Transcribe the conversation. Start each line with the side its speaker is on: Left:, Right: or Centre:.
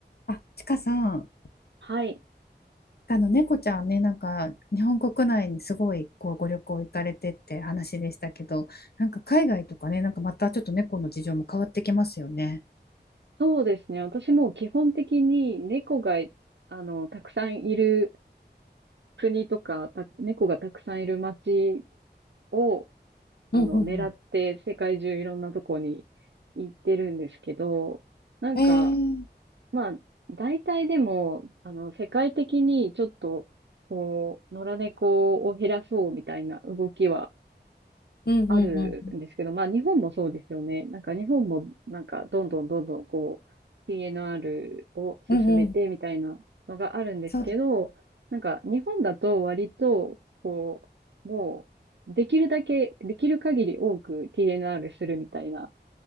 Left: あ、ちかさん、
Right: はい。
Left: あの猫ちゃんね、なんか日本国内にすごいこうご旅行行かれてって話でしたけど、なんか海外とかね、なんかまたちょっと猫の事情も変わってきますよね。
Right: そうですね。私も基本的に猫が、あの、たくさんいる国とか、た猫がたくさんいる街を、あの、
Left: うんうん
Right: 狙って世界中いろんなとこに行ってるんですけど、なんか、
Left: えー、
Right: まあ、大体でも、あの、世界的にちょっと、こう、野良猫を減らそうみたいな動きは
Left: うん。うんうんうん。
Right: あるんですけど、まあ日本もそうですよね。なんか日本もなんかどんどんどんどんこう PNR を進めてみたいなのがあるんですけど、
Left: うんうん。そうです。
Right: なんか日本だと割とこう、もうできるだけ、できる限り多く TNR するみたいな